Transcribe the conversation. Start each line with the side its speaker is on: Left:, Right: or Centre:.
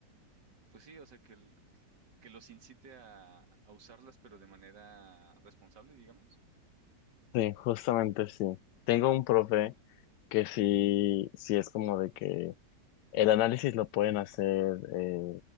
Right: pues sí, o sea, que, el- que los incite a, a usarlas, pero de manera responsable, digamos.
Left: Sí, justamente sí. Tengo un profe que sí, sí es como de que El análisis lo pueden hacer eh,